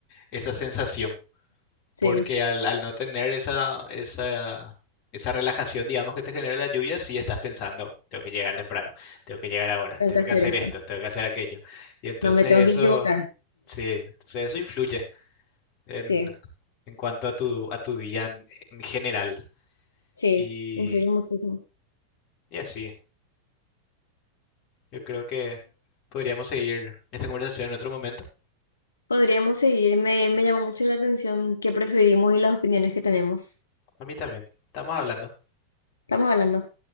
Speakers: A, on the left; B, on the left.
A: esa sensación.
B: sí,
A: Porque al, al no tener esa, esa, esa relajación, digamos, que te genera la lluvia, sí estás pensando, tengo que llegar temprano, tengo que llegar ahora,
B: tengo
A: tengo
B: que hacer
A: que hacer
B: esto.
A: esto, tengo que hacer aquello. Y entonces
B: No me tengo
A: eso,
B: que equivocar.
A: sí, entonces eso influye en,
B: Sí,
A: en cuanto a tu, a tu día en, en general.
B: sí,
A: Y,
B: influye muchísimo.
A: y así, yo creo que podríamos seguir esta conversación en otro momento.
B: Podríamos seguir. Me, me llamó mucho la atención qué preferimos y las opiniones que tenemos.
A: A mí también. Estamos hablando.
B: Estamos hablando.